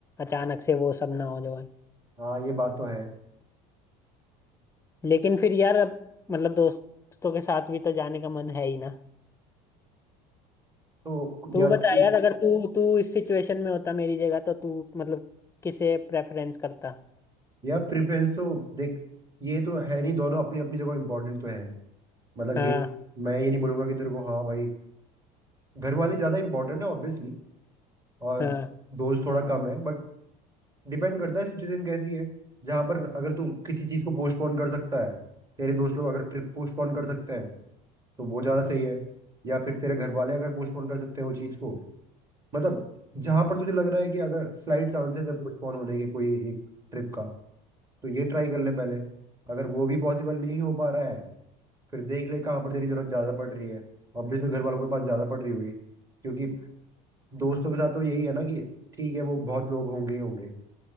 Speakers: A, on the left; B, on the right.
A: अचानक से वो सब ना हो जाए
B: हाँ ये बात तो है
A: लेकिन फिर यार अब मतलब दोस्तों के साथ भी तो जाने का मन है ही ना
B: तो
A: तू
B: या
A: बता
B: तो कोई
A: यार अगर तू तू इस सिचुएशन में होता मेरी जगह तो तू मतलब किसे प्रेफरेंस करता
B: या प्रेफरेंस तो देख ये तो है नहीं दोनों अपनी अपनी जगह इंपॉर्टेंट तो है मतलब
A: हाँ
B: ये मैं ये नहीं बोलूंगा कि तेरे को हाँ भाई घर वाले ज़्यादा इंपॉर्टेंट है ऑब्वियसली और
A: हाँ
B: दोस्त थोड़ा कम है बट डिपेंड करता है सिचुएशन कैसी है जहाँ पर अगर तू किसी चीज़ को पोस्टपोन कर सकता है तेरे दोस्त लोग अगर ट्रिप पोस्टपोन कर सकते हैं तो वो ज़्यादा सही है या फिर तेरे घर वाले अगर पोस्टपोन कर सकते हैं वो चीज़ को मतलब जहां पर तुझे लग रहा है कि अगर स्लाइट चांसेस है पोस्टपोन होने के कोई एक ट्रिप का तो ये ट्राई कर ले पहले अगर वो भी पॉसिबल नहीं हो पा रहा है फिर देख ले कहाँ पर तेरी जरूरत ज्यादा पड़ रही है ऑब्वियसली घर वालों के पास ज्यादा पड़ रही होगी क्योंकि दोस्तों के साथ तो यही है ना कि ठीक है वो बहुत लोग होंगे ही होंगे